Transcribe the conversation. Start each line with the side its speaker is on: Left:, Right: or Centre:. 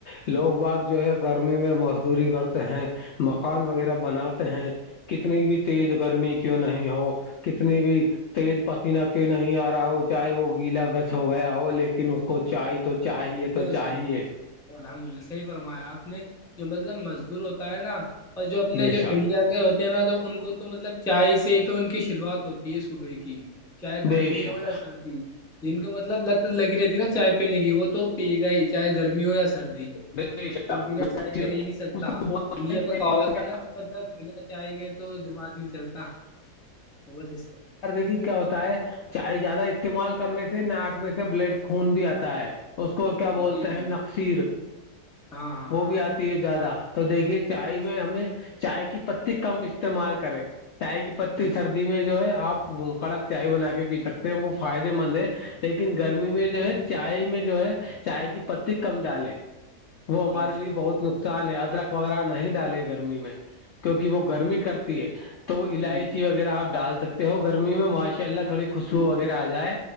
Left: لوگ باغ جو ہے گرمی میں مزدوری کرتے ہیں مکان وغیرہ بناتے ہیں کتنی بھی تیز گرمی کیوں نہیں ہو کتنی بھی تیز پسیینہ کیوں نہیں آ رہا ہو چاہے وہ گیلا گز چھ ہو گیا ہو لیکن اس کو چی تو چاہیے
Centre: بے
Left: تو چاہیے
Centre: شک الحمد للہ صحیح فرمایا آپ نے جو مطلب مزدور ہوتا ہے نا اور جو اپنے
Left: بے
Centre: جو
Left: شک
Centre: ان کیا کیا ہوتے ہیں نا تو ان کو تو مطلب چائے سے تو ان کی شروعات ہوتی ہے صبح کی چاہے
Left: بے
Centre: گرمی
Left: شک
Centre: ہو یا سردی جن کو مطلب لت لگی رہتی ہے نا چائے پینے کی وہ تو پی گ ہی چاہے گرمی ہو یا سردی
Left: بے شک
Centre: وہ بنا چائے کے رہ نہیں سکتا
Left: کو
Centre: اس
Left: بولتے
Centre: لیے
Left: ہیں
Centre: ہمیں کہاوت ہے نا کہ مطلب بنا چائے کے تو دمات نہیں چلتا وہ سچتا
Left: دیکھی کیا ہوتا ہے چائے زیادہ استعمال کرنے سے ناک میں سے بلڈ خون بھی آتا ہے اس کو کیا بولتے
Centre: جی
Left: ہیں
Centre: جی
Left: نقشیر
Centre: ہاں ہاں
Left: وہ
Centre: ہاں
Left: بھی آتی
Centre: ہاں
Left: ہے زیادہ تو دیکھیے چائے
Centre: بے
Left: میں ہمیں چائے کی پتی کم استعمال کرے چائے کی پتی
Centre: شک
Left: سردی میں جو ہے آپ کڑک چائے بنا کے پی سکتے ہیں وہ فائدے مند ہے لیکن گرمی میں جو ہے چائے میں جو ہے چائے کی پتی کم ڈالے وہ ہمارے
Centre: بے شک.
Left: لیے بہت ن ادرک وغیرہ نہیں ڈالے گرمی میں کیونکہ وہ گرمی کرتے ہے تو الائچی
Centre: جی
Left: وغیرہ آپ ڈال سکتے ہو گرمی میں ماشاء اللہ تھوڑی خوشبو
Centre: جی
Left: وغیرہ
Centre: جی
Left: آ جائے